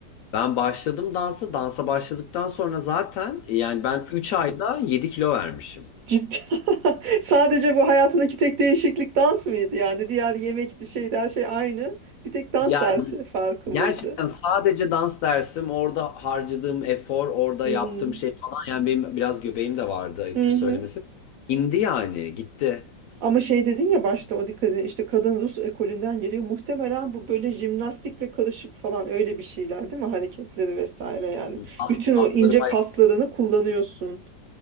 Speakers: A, on the left; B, on the right.
A: Ben başladım dansa. Dansa başladıktan sonra zaten e, yani ben 3 ayda yedi kilo vermişim.
B: Ciddi. <laughs> Sadece bu hayatındaki tek değişiklik dans mıydı? Yani diğer yemekti, şeydi, her şey aynı. Bir tek dans
A: Ya
B: dersi farkı
A: gerçekten
B: mıydı?
A: sadece dans dersim, orada harcadığım efor, orada
B: Hmm.
A: yaptığım şey falan yani benim biraz göbeğim de vardı ayıptır
B: Hı
A: söylemesi.
B: hı.
A: İndi yani gitti.
B: Ama şey dedin ya başta o dikkat edin işte kadın Rus ekolünden geliyor. Muhtemelen bu böyle jimnastikle karışık falan öyle bir şeyler değil mi? Hareketleri vesaire yani.
A: Kas,
B: Bütün
A: kasları
B: o ince
A: bayağı.
B: kaslarını kullanıyorsun.